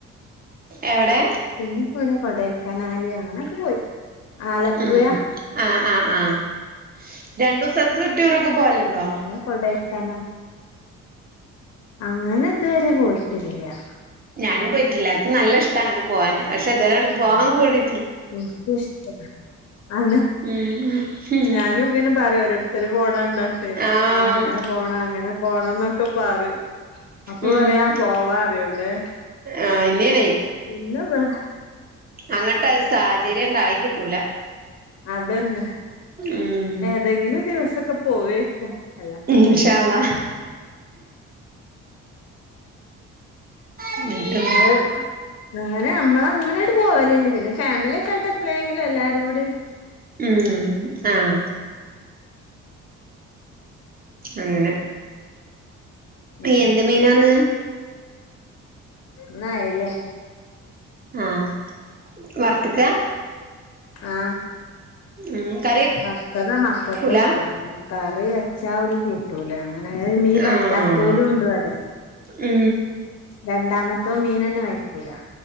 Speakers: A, on the right; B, on the left.
A: എവിടെ
B: പിന്നെ പ്പവിടെ കൊടക്കനാല് അങ്ങനൊക്കെ പോയി ആലപ്പുഴ
A: ഉം ആഹ് ആഹ് ആഹ് രണ്ടു ദിവസത്തെ ട്യൂറൊക്കെ പോവലുണ്ടോ
B: കൊഡേക്കനാ അങ്ങനെ ഇതുവരെ പോയിട്ട്ല്ല
A: ഞാനും പോയിട്ടില്ല എനിക്ക് നല്ല ഇഷ്ട അങ്ങനെ പോവാന് പക്ഷെ ഇതുവരെ പോവാൻ
B: ഉം
A: കൂടി
B: എനിക്കും ഇഷ്ട അ
A: ഉം ഉം
B: ഞാനും ഇങ്ങനെ പറയും ഓരോട് ഒത്തിരി പോണ കണ്ടാട്ടെ
A: ആഹ്
B: ആ അങ്ങനെ പോണ അങ്ങനെ പോണംന്നൊക്കെ പറയും അപ്പൊ
A: ഉം
B: പറയാ പോവാ അറോവിടെ
A: ആഹ് അതെന്നേണെ
B: പിന്ന വേ
A: അങ്ങട്ട് സാഹചര്യം ഉണ്ടായി കിട്ടൂല
B: അതന്നെ
A: ഉം
B: ഏതെങ്കിലും ദിവസൊക്കെ പോവേക്കും അല്ലാപ്പന്താ
A: ഇൻഷാ അള്ളാ എന്നിട്ട്
B: നിങ്ങള്
A: ഉം
B: അങ്ങനെ നമ്മള് അങ്ങനാണ്ട് പോവലില്ല പിന്നെ ഫാമിലി ഒക്കെ ആയിട്ട് എപ്പഴെങ്കിലും എല്ലാരു ടി
A: ഉം ആഹ് അങ്ങനെ
B: ഉം
A: എന്ത് മീനാന്ന്
B: ന്ന് അയ്ലെ
A: ആഹ് വർത്തക്ക
B: ആഹ്
A: ഉം കറി
B: വർത്തത മക്കൾക്ക്
A: വെക്കൂല
B: ഇഷ്ടം കറി വെച്ചാ ഓല് കൂട്ടൂല അങ്ങനെ മീൻ പറ്റാത്തോലും
A: ആഹ്
B: ഉണ്ട് വടെ
A: ഉം
B: രണ്ടാമത്തോ മീൻ തന്നെ കഴിക്കൂല